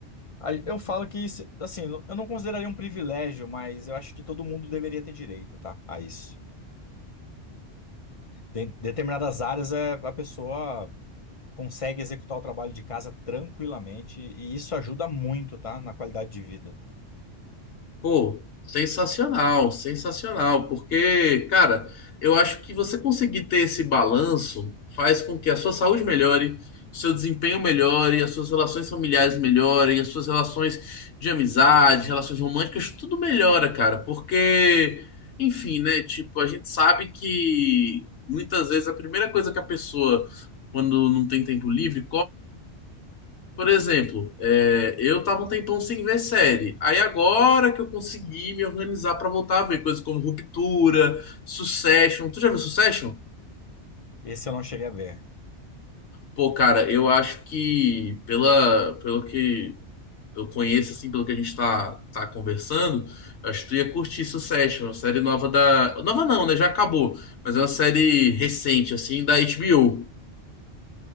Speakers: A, on the left (about 40°); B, on the left (about 70°).
A: Aí Eu falo que, isso, assim, eu não consideraria um privilégio, mas eu acho que todo mundo deveria ter direito, tá? A isso. Em determinadas áreas, é, a pessoa consegue executar o trabalho de casa tranquilamente, e isso ajuda muito, tá? Na qualidade de vida.
B: Pô, sensacional, sensacional, porque, cara, eu acho que você conseguir ter esse balanço faz com que a sua saúde melhore, o seu desempenho melhore, as suas relações familiares melhorem, as suas relações de amizade, relações românticas, tudo melhora, cara, porque, enfim, né, tipo, a gente sabe que muitas vezes a primeira coisa que a pessoa, quando não tem tempo livre, por exemplo, é, eu tava um tempão sem ver série. Aí agora que eu consegui me organizar pra voltar a ver coisas como Ruptura, Succession. Tu já viu Succession?
A: Esse eu não cheguei a ver.
B: Pô, cara, eu acho que pela, pelo que eu conheço, assim, pelo que a gente tá, tá conversando, eu acho que tu ia curtir Succession, uma série nova da. Nova não, né? Já acabou. Mas é uma série recente, assim, da HBO.